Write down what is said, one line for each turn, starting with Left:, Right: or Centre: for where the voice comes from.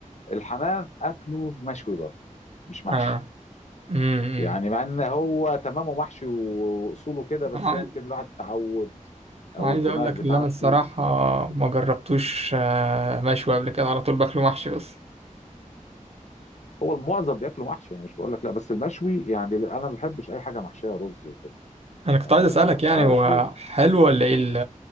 Left: الحمام اكله مشوي برضو مش محشي
Right: اه امم
Left: يعني مع ان هو تمامه محشي واصوله كده بس
Right: انا عايز
Left: يمكن الواحد تعود او
Right: أنا عايز
Left: الدماغ
Right: اقول لك
Left: بتاعتي
Right: اللي انا الصراحه
Left: في ال- في
Right: ما
Left: ال-
Right: جربتوش آه، مشوي قبل كده على طول باكله محشي بس
Left: هو المعظم بياكله محشي انا مش بقول لك لا بس المشوي يعني انا ما بحبش اي حاجه محشيه رز وكده
Right: انا كنت
Left: يعني
Right: عايز
Left: ما
Right: اسالك
Left: مش
Right: يعني
Left: عارف
Right: هو
Left: ليه
Right: حلو ولا ايه ال-